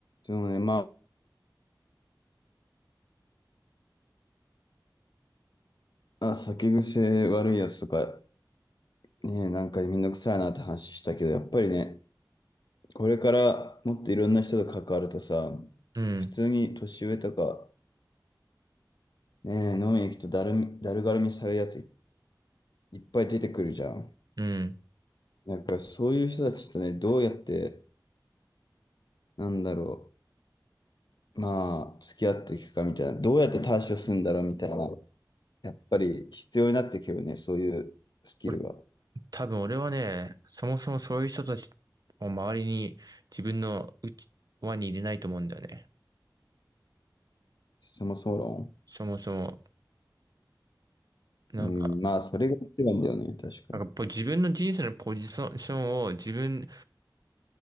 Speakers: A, on the left (about 65°); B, on the right (about 55°).
A: でもね、まあ、酒癖悪いやつとか、ね、なんかめんどくさいなって話したけど、やっぱりね、これからもっといろんな人と関わるとさ、
B: うん、
A: 普通に年上とか、ね、飲みに行くとだるみ、だるがるみされるやついっぱい出てくるじゃん。
B: うん。
A: だからそういう人たちとね、どうやって、なんだろう、まあ、付き合っていくかみたいな、どうやって対処するんだろうみたいな、やっぱり必要になってくるよね、そういうスキルが。
B: これ多分俺はね、そもそもそういう人たちを周りに自分のうち輪に入れないと思うんだよね。
A: そもそも論。
B: そもそも。なんか、
A: うん、まあ、それが一番だよね、確かに。
B: なんかぽ自分の人生のポジションを自分